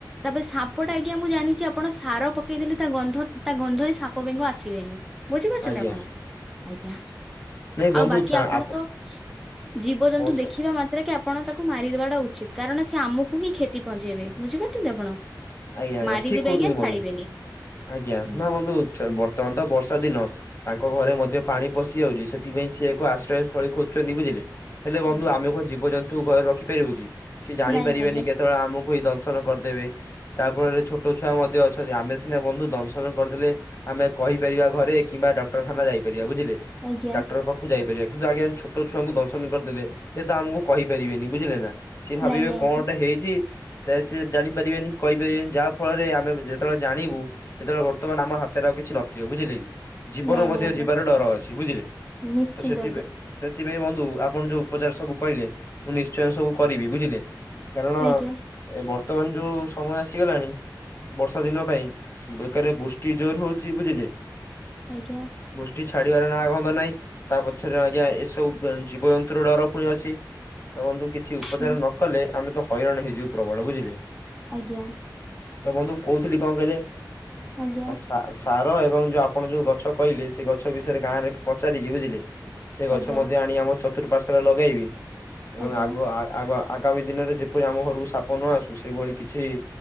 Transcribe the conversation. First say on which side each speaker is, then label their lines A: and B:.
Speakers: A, in the centre; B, on the left.
A: ତାପରେ ସାପଟା ଆଜ୍ଞା ମୁଁ ଜାଣିଛି ଆପଣ ସାର ପକେଇଦେଲେ ତା ଗନ୍ଧ ତା ଗନ୍ଧରେ ସାପ, ବେଙ୍ଗ ଆସିବେନି। ବୁଝିପାର୍ଛନ୍ତି
B: ଆଜ୍ଞା
A: ଆପଣ ଆଜ୍ଞା।
B: ନାଇଁ ବନ୍ଧୁ
A: ଆଉ ବାକି
B: ଚା-
A: ଆପଣ
B: ଆପ-
A: ତ ଜୀବଜନ୍ତୁ
B: ବର୍ଷା
A: ଦେଖିବେ ଦେଖିଲାମାତ୍ରାକେ ଆପଣ ତାକୁ ମାରିଦେବାଟା ଉଚିତ୍ କାରଣ ସେ ଆମକୁ ହିଁ କ୍ଷତି ପହଞ୍ଚେଇବେ। ବୁିଝିପାରୁଛନ୍ତି ଆପଣ?
B: ଆଜ୍ଞା ଆଜ୍ଞା
A: ମାରିଦେବେ
B: ଠିକ୍ କହୁଛନ୍ତି
A: ଆଜ୍ଞା
B: ବନ୍ଧୁ
A: ଛାଡିବେନି
B: ଆଜ୍ଞା
A: ହୁଁ,
B: ନା ବନ୍ଧୁ ଥ ବ୍ରତ୍ ତନ୍ଦ ବର୍ଷା ଦିନ ତାଙ୍କ ଘରେ ମଧ୍ୟ ପାଣି ପଶିଯାଉଛି ସେଥିପାଇଁ ସେ ଏକ ଆଶ୍ରୟସ୍ଥଳୀ ଖୋଜ୍ଛନ୍ତି ବୁଝିଲେ? ହେଲେ ବନ୍ଧୁ
A: ଆଜ୍ଞା।
B: ଆମେ ଏକ ଜୀବଜନ୍ତୁ ଘରେ ରଖିପାରିବୁ କି ସେ ଜାଣିପାରିବେନି
A: ନାଇଁ ନାଇଁ
B: କେ ତ ଆମକୁ ହିଁ ଦଶନ କର୍ଦେବେ। ତା ଫଳରେ ଛୋଟ ଛୁଆ ମଧ୍ୟ ଅଛନ୍ତି ଆମେ ସିନା ବନ୍ଧୁ ଦଂଶନ କର୍ଦେଲେ ଆମେ କହିପାରିବା ଘରେ କିମ୍ବା ଡାକ୍ଟରଖାନା ଯାଇପାରିବା ବୁଝିଲେ
A: ଆଜ୍ଞା
B: ଡକ୍ଟର ପା କୁ ଯାଇପାରିବା କିନ୍ତୁ ଆଜ୍ଞା ଛୋଟ ଛୁଆଙ୍କୁ ଦର୍ଶନ କରିଦେଲେ ସେ ତ ଆମକୁ କହିପାରିବେନି ବୁଝିଲେ ନା? ସିଏ ଭାବିବେ
A: ଆଜ୍ଞା ନାଇଁ ନାଇଁ ଆଜ୍ଞା
B: କଣଟେ ହେଇଛି ତା ସିଏ ଜାଣିପାରିବେନି। କହିପାରିବେନି ଯାହା ଫଳରେ ଆମେ ଯେତେବେଳେ ଜାଣିବୁ ସେତେବେଳେ ବର୍ତ୍ତମାନ ଆମ ହାତରେ ଆଉ କିଛି ନଥିବ ବୁଝିଲେ କି। ଜୀବନ
A: ନାଇଁ ନାଇଁ
B: ମଧ୍ୟ
A: ଆଜ୍ଞା
B: ଯିବାର ଡର ଅଛି ବୁଝିଲେ।
A: ନିଶ୍ଚିନ୍ତ
B: ତ ସେଥିପାଇଁ ସେଥିପାଇଁ ବନ୍ଧୁ ଆପଣ ଯୋଉ ଉପଚାର ସବୁ କଇଲେ ମୁଁ ନିଶ୍ଚୟ ସବୁ କରିବି ବୁଝିଲେ। କାରଣ
A: ଆଜ୍ଞା
B: ଏ ବର୍ତ୍ତମାନ ଯୋଉ ସମୟ ଆସିଗଲାଣି ବର୍ଷା ଦିନ ପାଇଁ ବେକାରେ ବୃଷ୍ଟି ଜୋର୍ ହୋଉଛି ବୁଝିଲେ।
A: ଆଜ୍ଞା।
B: ବୃଷ୍ଟି ଛାଡିବାର ନାଁ ଗନ୍ଧ ନାଇଁ ତା ପଛରେ ଆଜ୍ଞା ଏସବୁ <unintelligible> ଜୀବଜନ୍ତୁର ଡର ପୁଣି ଅଛି ତ ବନ୍ଧୁ କିଛି ଉପଚାର
A: ହୁଁ
B: ନ କଲେ ଆମେ ତ ହଇରାଣ ହେଇଯିବୁ ପ୍ରବଳ ବୁଝିଲେ।
A: ଆଜ୍ଞା।
B: ତ ବନ୍ଧୁ କଉଥିଲି କଣ କଇଲେ?
A: ଆଜ୍ଞା।
B: ସା ସାର ଏବଂ ଯୋଉ ଆପଣ ଯୋଉ ଗଛ କଇଲେ ସେ ଗଛ ବିଷୟରେ ଗାଁରେ ପଚାରିକି ବୁଝିଲେ। ସେ ଗଛ
A: ଆଜ୍ଞା
B: ମଧ୍ୟ ଆଣି ଆମ ଚତୁଃପାର୍ଶରେ ଲଗେଇବି ଏବଂ
A: ଆଜ୍ଞା
B: ଆଗ ଆ ଆଗ ଆଗାମୀ ଦିନରେ ଯେପରି ଆମ ଘରକୁ ସାପ ନ ଆସୁ ସେଇଭଳି କି ଛି